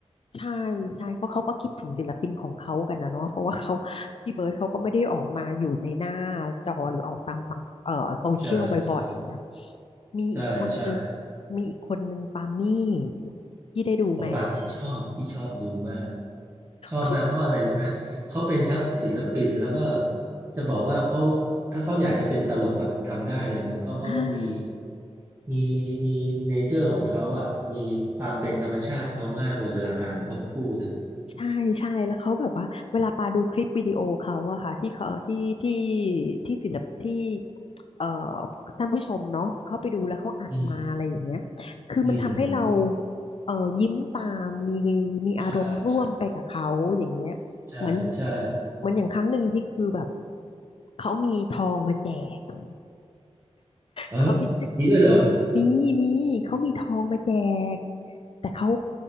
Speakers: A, on the left (about 55°); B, on the right (about 20°).
A: ใช่ใช่เพราะเขาก็คิดถึงศิลปินของเขากันนะเนาะเพราะว่าเขาพี่เบิร์ดเขาก็ไม่ได้ออกมาอยู่ในหน้าจอหรือออกตามต่างเอ่อโซเชียลบ่อยๆเนี่ย
B: ใช่ใช่
A: มีอีกคนนึง
B: ใช่ใช่
A: มีอีกคนนึงปามี่พี่ได้ดูไหม
B: หมอปลาพี่ชอบพี่ชอบดูมาก ชอบมากเพราะอะไรรู้ไหมเขาเป็นทั้งศิลปินแล้วก็
A: เขา
B: จะบอกว่าเขาถ้าเขาอยากจะเป็นตลกก็ทำได้เลยนะเพราะเขามี
A: อ่า
B: มีมีเนเจอร์ของเขาอ่ะมีความเป็นธรรมชาติเขามากเลยเวลาการเขาพูดอะ
A: ใช่ใช่แล้วเขาแบบว่าเวลาปาดูคลิปวิดีโอเขาอะค่ะที่เขาที่ที่ที่ศิลปที่เอ่อท่านผู้ชมเนาะเขาไปดูแล้วเขาอัดมาอะไรอย่างเงี้ย
B: อืม
A: คือมันทำให้เรา
B: อืม
A: เอ่อยิ้มตามมีมีอารมณ์ร่วมไปกับเขาอย่างเงี้ยเหมือน
B: ใช่ใช่ใช่ใช่
A: เหมือนอย่างครั้งหนึ่งที่คือแบบเขามีทองมาแจก
B: เออ
A: เขามี
B: มีด้วยเหรอ
A: มีมีเขามีทองมาแจกแต่เขา